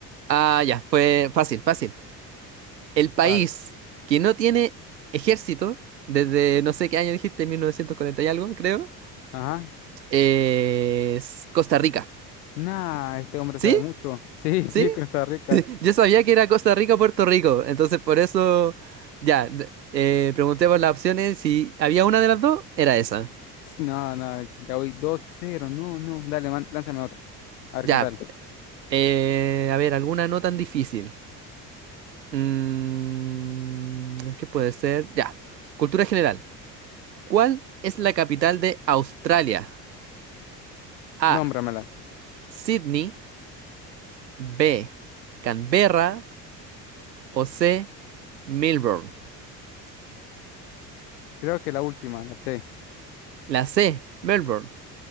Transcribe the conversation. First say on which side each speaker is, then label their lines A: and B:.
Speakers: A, on the right; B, on the left.
A: Ah, ya, fue fácil, fácil. El país
B: ¿Cuál?
A: que no tiene ejército, desde no sé qué año dijiste, 1940 y algo, creo,
B: Ajá.
A: es Costa Rica.
B: Nah, este hombre
A: ¿Sí?
B: sabe mucho. <laughs> Sí,
A: ¿Sí?
B: sí, Costa Rica.
A: <laughs> Yo sabía que era Costa Rica o Puerto Rico, entonces por eso ya d- eh, pregunté por las opciones. Si había una de las dos, era esa.
B: No, no, ya voy dos cero No, no. Dale, man- lánzame otro. A ver
A: Ya,
B: qué tal.
A: eh, a ver, alguna no tan difícil. Mm, ¿qué puede ser? Ya, cultura general. ¿Cuál es la capital de Australia? A.
B: Nómbramelas.
A: Sydney. B. Canberra. O C. Melbourne.
B: Creo que la última, la sé.
A: La C. Melbourne.